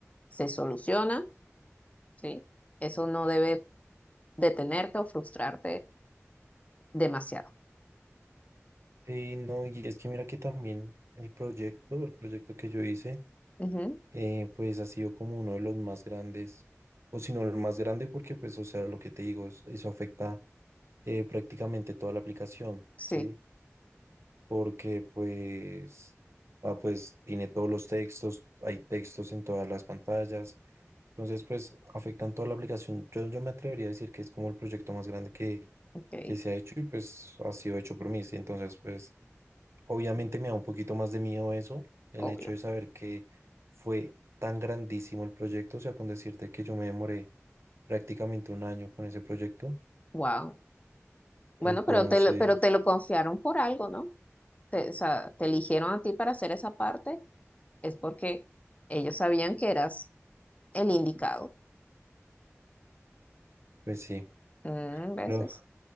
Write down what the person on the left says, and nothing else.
se soluciona, ¿sí? Eso no debe detenerte o frustrarte demasiado.
Ujú,
Sí,
ok,
obvio.
Wow. Bueno,
pero te, lo- pero te lo confiaron por algo, ¿no? Te, o sea, te eligieron a ti para hacer esa parte, es porque ellos sabían que eras el indicado.
Mm, ¿ves?